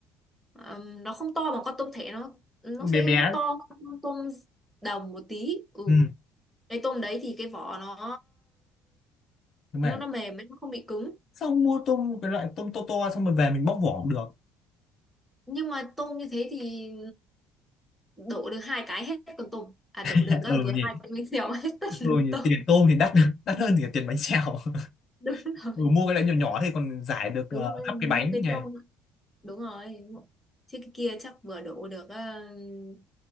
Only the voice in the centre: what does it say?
ờm, nó không to bằng con tôm thẻ nó nó
sẽ
to hơn con tôm đồng một tí ừ
cái tôm đấy thì cái vỏ nó
nó
nó mềm ấy, nó không bị cứng
nhưng mà tôm như thế thì đổ được hai cái hết con tôm à đổ
được á,
vừa
hai cái bánh <laughs> xèo hết tất cả
tôm
đúng rồi
đúng rồi
nước
cái
tôm đúng rồi chứ cái kia chắc vừa đổ được uh,